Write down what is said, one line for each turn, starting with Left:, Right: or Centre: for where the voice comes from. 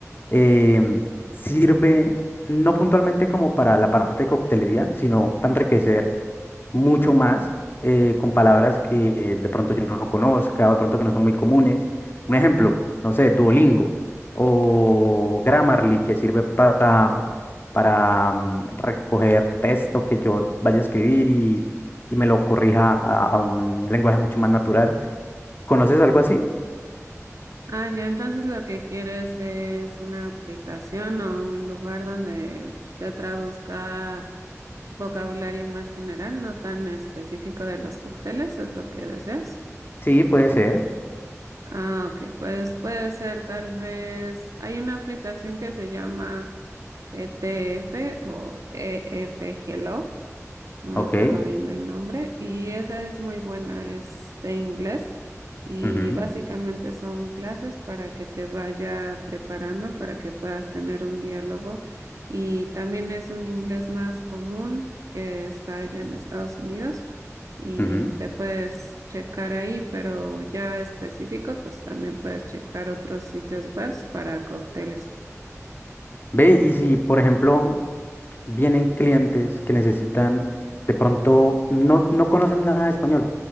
Left: em, sirve no puntualmente como para la parte de coctelería, sino para enriquecer mucho más eh, con palabras que de pronto yo no conozca o de pronto que no son muy comunes. Un ejemplo, no sé, Duolingo o Grammarly, que sirve para, para mm, recoger texto que yo vaya a escribir y, y me lo corrija a, a un lenguaje mucho más natural. ¿Conoces algo así?
Right: Ah, ya, entonces lo que quieres es una aplicación o un lugar donde te traduzca vocabulario más general, no tan específico de los cócteles, es lo que deseas.
Left: Sí, puede ser.
Right: Ah, ok, pues puede ser tal vez, hay una aplicación que se llama E T F o E F EF no me
Left: Ok.
Right: acuerdo bien del nombre, y esa es muy buena, es de inglés y
Left: Ujú,
Right: básicamente son clases para que te vaya preparando, para que puedas tener un diálogo y también es un inglés más común que está allá en Estados Unidos y
Left: ujú.
Right: te puedes checar ahí, pero ya específico, pues también puedes checar otros sitios web para cócteles.
Left: Ve, y si, por ejemplo, vienen clientes que necesitan, de pronto no, no conocen nada de español,